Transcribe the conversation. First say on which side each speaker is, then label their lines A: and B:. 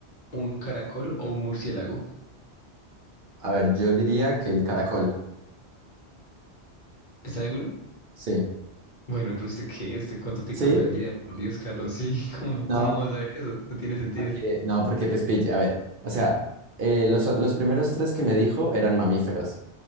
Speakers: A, on the left (about 50°); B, on the right (about 60°).
A: un caracol o un murciélago?
B: A ver, yo diría que el caracol.
A: ¿Está seguro?
B: Sí.
A: Bueno, pero usted qué, usted cuánto TikTok
B: ¿Sí?
A: ve al día, por Dios, Carlos, sí, <laughs> ¿cómo,
B: No,
A: cómo vas a ver eso? No tiene sentido.
B: porque, no, porque pues pille, a ver, o sea, eh, los, los primeros tres que me dijo eran mamíferos.